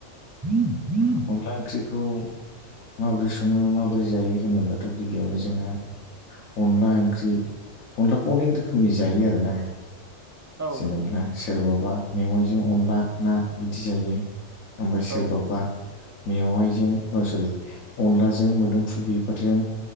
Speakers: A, on the right; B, on the left.
A: <unintelligible>
B: अनला ओंख्रिखौ माबोरै सङो माबोरै जायो होनोब्लाथ' गिबियावनो जोङो अनला ओंख्रि अनलाखौ अनेक रोखोमनि जायो आरो ना
A: औ
B: जेनेब्ला
A: नोंथां
B: सोरबाबा मेवाइजों अनला ना बिदि जायो ओमफ्राय सोरबाबा
A: औ
B: मेवाइजों अ सरि अनलाजों मोदोमफुल बिबारजों